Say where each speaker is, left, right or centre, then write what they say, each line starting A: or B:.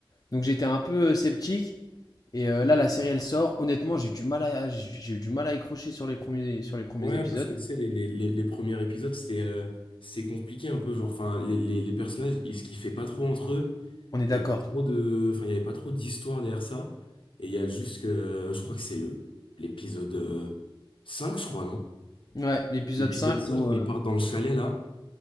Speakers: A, on the left; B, on the left.
A: Donc j'étais un peu euh, sceptique, Et euh, là, la série, elle sort. Honnêtement, j'ai du mal à, j'ai eu du mal à accrocher sur les premiers, sur les premiers
B: Ouais,
A: épisodes.
B: parce que tu sais, les, les, les, les premiers épisodes, c'est euh, c'est compliqué un peu. Genre, enfin, les, les, les personnages, ils se kiffaient pas trop entre eux.
A: On est
B: Il
A: d'accord.
B: y avait pas trop de, enfin, il y avait pas trop d'histoire derrière ça. Et il y a juste que, euh, je crois que c'est le l'épisode euh, 5, je crois, non?
A: Ouais, l'épisode
B: L'épisode
A: 5
B: 5
A: où,
B: où
A: euh,
B: ils partent dans le chalet, là,